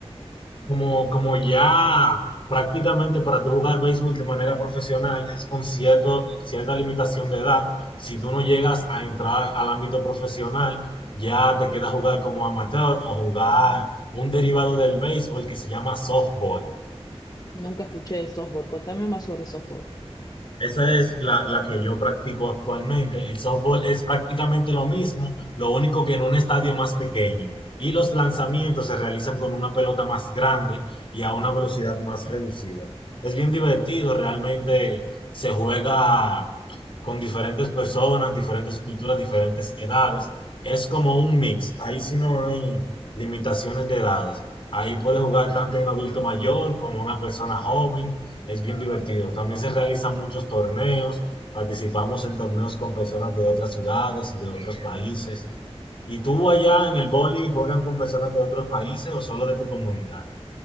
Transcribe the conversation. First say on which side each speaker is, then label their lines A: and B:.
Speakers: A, on the left (about 55°); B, on the left (about 35°).
A: Como, como ya prácticamente para tú jugar béisbol de manera profesional es con cierto, cierta limitación de edad, si tú no llegas a entrar al ámbito profesional, ya te queda jugar como amateur o jugar un derivado del béisbol que se llama softball
B: Nunca escuché de softball. Contame más sobre softball.
A: Esa es la, la que yo practico actualmente. El softball es prácticamente lo mismo, lo único que en un estadio más pequeño. Y los lanzamientos se realizan con una pelota más grande y a una velocidad más reducida. Es bien divertido, realmente se juega con diferentes personas, diferentes culturas, diferentes edades. Es como un mix. Ahí sí no hay limitaciones de edades. Ahí puede jugar tanto un adulto mayor como una persona joven es bien divertido. También se realizan muchos torneos. Participamos en torneos con personas de otras ciudades y de otros países. ¿Y tú allá en el boli juegan con personas de otros países o solo de tu comunidad?